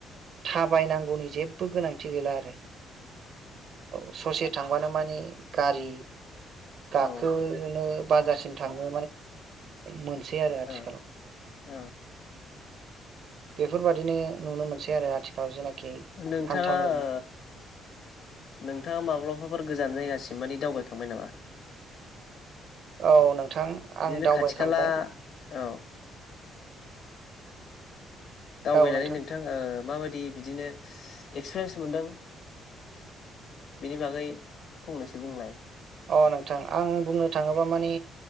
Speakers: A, on the right (about 65°); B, on the left (about 70°).
A: थाबायनांगौनि जेबो गोनांथि गैला आरो औ ससे थांबानो माने गारि गाखोनो
B: औ
A: बाजारसिम थाङो मोनसै आरो
B: औ
A: आथिखालाव
B: औ
A: बेफोर बादिनो नुनो मोनसै आरो आथिखालाव जेनाखि
B: नोंथांङा
A: हान्था मेला
B: ओ नोंथांङा माब्लाबाफोर गोजान जायगा सिम माने दावबायखांबाय नामा
A: औ नोंथां
B: बिदिनो
A: आं दावबायखांबाय
B: खाथि खाला औ दावबायनानै
A: औ नोंथां
B: नोंथा ओ माबायदि बिदिनो एक्सपिरियेन्स मोनदों बेनि बागै फंनैसो बुंलाय
A: अ नोंथां आं बुंनो थाङोबा माने